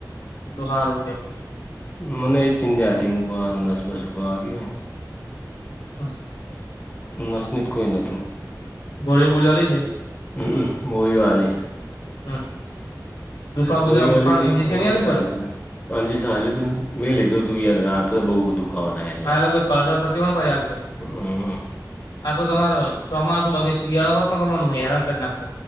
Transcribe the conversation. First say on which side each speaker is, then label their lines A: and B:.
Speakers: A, on the left; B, on the left.
A: એ તો સારું ક
B: મને એજ ચિંતા હતી મકવા દસ બસ રપ વાગયો હોય ને
A: હા
B: નસનીિત કોઈ ન હતું
A: ગોળઓ બોળ લાગ છે
B: બય વાલી
A: હમ દુખા બુખા
B: હોળી વાીથી
A: ઉખા ઇન્જેક્શન
B: હંજી
A: નહી આલ્યું
B: સ
A: કોઈ
B: હાજ સા હા તું મેં લેધું તું યાર રાત્ર બઉુ દુખાો થ એટલા
A: ખાલા પ કળર થતી હોયને ભાઈાલ તો
B: હ હ
A: આ તો તમારો ચોમાસું બાકી શિયાળો હોત ને તમે હેરાણ કરી નાખો